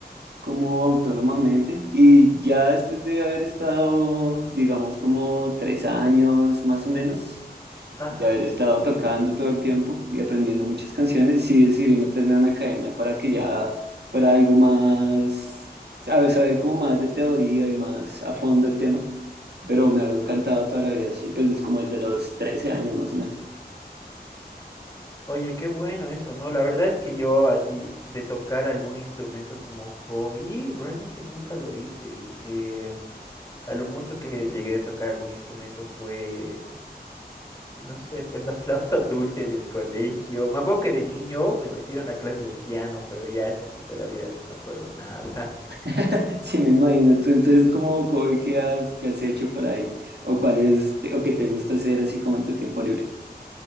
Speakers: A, on the right; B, on the left.
A: como autónomamente y ya después de haber estado, digamos, como tres años más o menos,
B: Ajá.
A: de haber estado tocando todo el tiempo y aprendiendo muchas canciones, sí decidí meterme a una academia para que ya fuera algo más, sabes, saber como más de teoría y más a fondo el tema. Pero me ha encantado toda la vida, sí, pues es como desde los 13 años más o menos.
B: Oye, qué bueno eso, ¿no? La verdad es que yo así de tocar algún instrumento como hobby, realmente nunca lo hice. Eh, a lo mucho que llegué de tocar algún instrumento fue, no sé, pues la <laughs> flauta dulce del colegio. Me acuerdo que de niño me metieron a clases de piano, pero ya a este punto de la vida no me acuerdo nada. <laughs>
A: <laughs> Sí, me imagino. Tú, entonces, como hobby, ¿qué has, qué has hecho por ahí? ¿O cuál es, te- o qué te gusta hacer así como en tu tiempo libre?